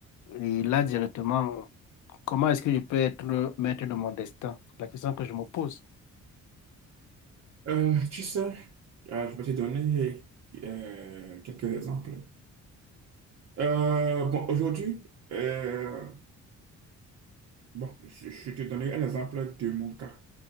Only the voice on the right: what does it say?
Euh, tu sais, euh, je vais te donner euh, quelques exemples. Euh, bon, aujourd'hui, euh, bon, je, je te donnerai un exemple de mon cas.